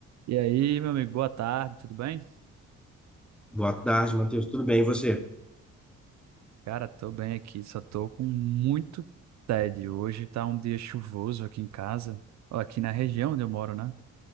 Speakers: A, on the right; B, in the centre.
A: E aí, meu amigo, boa tarde, tudo bem?
B: Boa tarde, Matheus. Tudo bem, e você?
A: Cara, tô bem aqui, só tô com muito tédio. Hoje tá um dia chuvoso aqui em casa, ó, aqui na região onde eu moro, né?